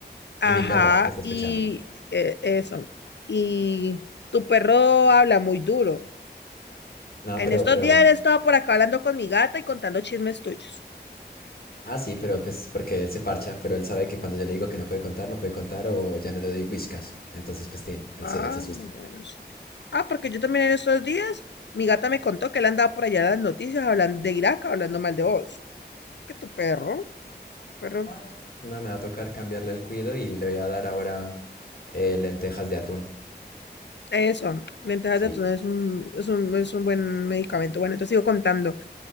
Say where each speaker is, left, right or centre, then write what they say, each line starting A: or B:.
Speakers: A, on the left; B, on the left.
A: ajá,
B: Y mi perro, que está escuchando.
A: y eh, eso. Y tu perro habla muy duro.
B: No,
A: En
B: pero,
A: estos
B: pero.
A: días he estado por acá hablando con mi gata y contando chismes tuyos.
B: Ah, sí, pero pues porque él se parcha, pero él sabe que cuando yo le digo que no puede contar, no puede contar o ya no le doy whiskas. Entonces, pues, tin, él
A: Ah,
B: se, él se asusta.
A: bueno, sí. Ah, porque yo también en estos días, mi gata me contó que él andaba por allá en las noticias hablando de Irak, hablando mal de vos. Que tu perro, perro.
B: Ah. No, me va a tocar cambiarle el cuido y le voy a dar ahora eh, lentejas de atún.
A: Eso, ventajas
B: Sí,
A: de atún es un, es un, es un buen medicamento. Bueno, entonces sigo contando.